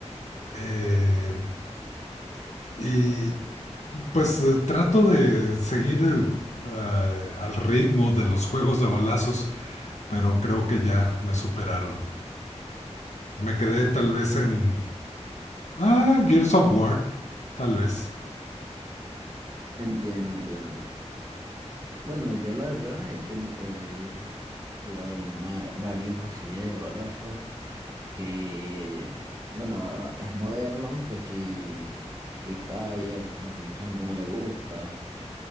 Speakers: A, on the left; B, on the right.
A: Eh, y Pues eh, trato de seguir eh, eh, al ritmo de los juegos de balazos, pero creo que ya me superaron. Me quedé tal vez en... Ah, Gears of War, tal vez.
B: Entiendo, entiendo. Bueno, yo la verdad he ten- he jugado ma- varios así de balazo. que, bueno, es moderno, que si Free Fire, aunque mucha gente no le gusta,